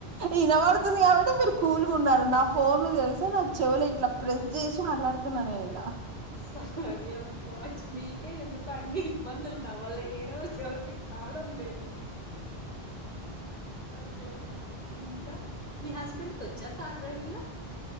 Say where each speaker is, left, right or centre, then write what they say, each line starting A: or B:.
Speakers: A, on the right; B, on the right.
A: వినబడుతుంది కాబట్టి మీరు కూలుగా ఉన్నారు నా ఫోన్ ను తెలిసే నా చెవుల ఇట్లా ప్రెస్ చేసి మాట్లాడుతున్నా నేను ఇలా
B: సారి అబ్బ మీకే ఎందుకో అన్ని ఇబ్బందులు నా వల్ల ఏ రోజ్ ఎవరికి కావడం లేదు ఓకే ఓకే ఇంకా మీ హస్బెండ్ కొచ్చా కార్ డ్రైవింగ్